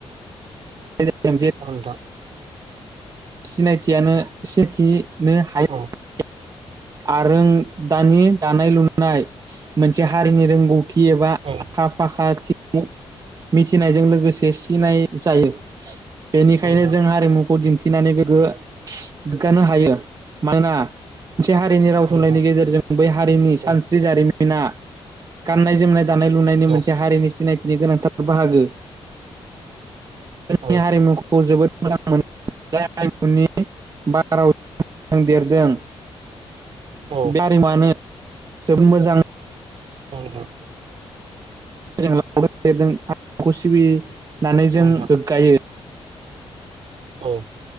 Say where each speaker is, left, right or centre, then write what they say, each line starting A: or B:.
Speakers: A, on the right; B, on the right.
A: <inaudible>
B: औ नोंथां
A: सिनायथियानो सेथि नो हाया।
B: औ
A: आरों दानि दानाय लुनाय मोनसे हारिनि रों गौथि एबा
B: औ
A: आखा फाखा थि मिथिनायजों लोगोसे सिनाय जायो। बेनिखायनो
B: औ नोंथां
A: जों हारिमुखौ दिन्थिनानै गोग्गो गोग्गानो हायो मानोना मोनसे हारिनि राव
B: औ
A: थुनलाइनि
B: नोंथां
A: गेजेरजों बै हारिनि सानस्रि
B: औ
A: जारिमिना गाननाय जोमनाय दानाय लुनायनि
B: औ
A: मोनसे हारिनि सिनायथिनि गोनांथार बाहागो जोंनि
B: औ
A: हारिमुखौ जोबोद मोजां मोन जाय आइमुनि बाराव देरदों।
B: नोंथां
A: बे आरारिमानो जोबोद मोजां
B: औ नोंथां।
A: <inaudible>
B: नोंथां औ